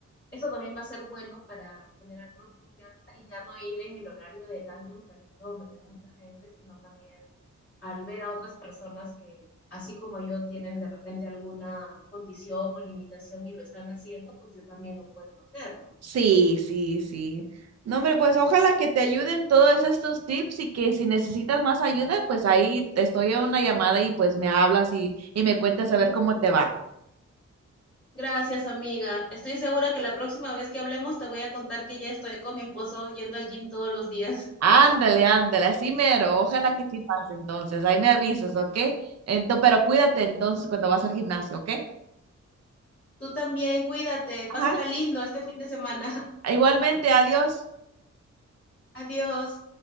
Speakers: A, on the left (about 35°); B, on the right (about 60°).
A: eso también va a ser bueno para generar más confianza y ya no ir en el horario de tan tempranito donde no hay mucha gente, sino también al ver a otras personas que, así como yo, tienen de repente alguna condición o limitación y lo están haciendo, pues yo también lo puedo hacer, ¿no?
B: Sí, sí, sí. No, hombre, pues ojalá que te ayuden todos estos tips y que si necesitas más ayuda, pues ahí te estoy a una llamada y pues me hablas y, y me cuentas a ver cómo te va.
A: Gracias, amiga. Estoy segura que la próxima vez que hablemos te voy a contar que ya estoy con mi esposo yendo al gym todos los días.
B: Ándale, ándale, así mero. Ojalá que sí pase entonces. Ahí me avisas, ¿ok? Ento- pero cuídate entonces cuando vas al gimnasio, ¿ok?
A: Tú también, cuídate, pásala
B: Ajá.
A: lindo este fin de semana.
B: Igualmente, adiós.
A: <laughs> Adiós.